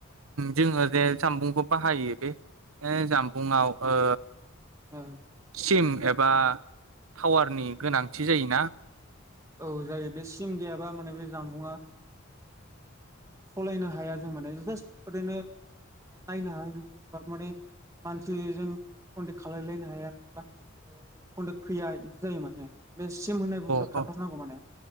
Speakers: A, on the right; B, on the right.
A: जोङो जे जामबुंखौ बाहायो बे जामबुंआव ओ
B: ओ
A: सिम एबा टावारनि गोनांथि जायोना?
B: औ जायो बे सि सिम गैयाबा माने बे जानबुंआ ओ सलायनो हाया जों माने जास्ट ओरैनो नायनो हाया होनबा माने मानसिजों कन्टेक्ट खालायलायनो हाया बा कनटेक्ट फैया बिदि जायो माने। बेसिम होननाय बुस्थुआ
A: अ
B: थाथारनांगौ माने